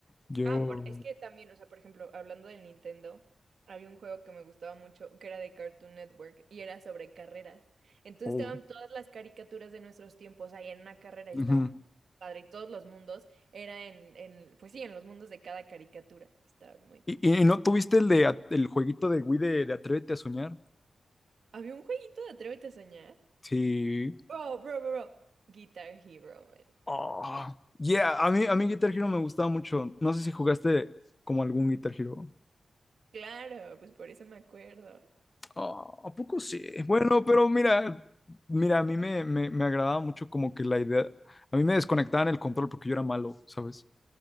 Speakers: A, on the left (about 35°); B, on the right (about 75°).
A: yo...
B: Ah, por- es que también, o sea, por ejemplo, hablando del Nintendo, había un juego que me gustaba mucho que era de Cartoon Network y era sobre carreras. Entonces
A: oh,
B: estaban todas las caricaturas de nuestros tiempos ahí en una carrera y
A: ujú.
B: estaba muy padre. Y todos los mundos era en, en, pues sí, en los mundos de cada caricatura. Estaba muy.
A: ¿Y, y no tuviste el de a- el jueguito de Wii de, de Atrévete a soñar?
B: Había un jueguito de Atrévete a soñar.
A: Sí.
B: Bro, bro, bro, bro. Guitar Hero, man.
A: Ah, yeah, a mí, a mí Guitar Hero me gustaba mucho. No sé si jugaste como algún Guitar Hero.
B: Claro, pues por eso me acuerdo.
A: Ah, ¿a poco sí? Bueno, pero mira, mira, a mí me, me, me agradaba mucho como que la idea. A mí me desconectaban el control porque yo era malo, ¿sabes?